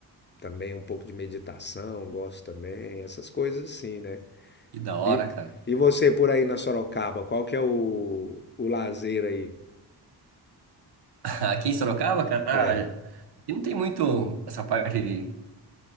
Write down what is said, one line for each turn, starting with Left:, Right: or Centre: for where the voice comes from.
Left: também um pouco de meditação, gosto também, essas coisas assim, né?
Right: Que da hora,
Left: E,
Right: cara.
Left: e você por aí na Sorocaba, qual que é o, o lazer aí?
Right: <laughs> Aqui em Sorocaba, cara,
Left: É,
Right: aqui não tem muito essa parte de,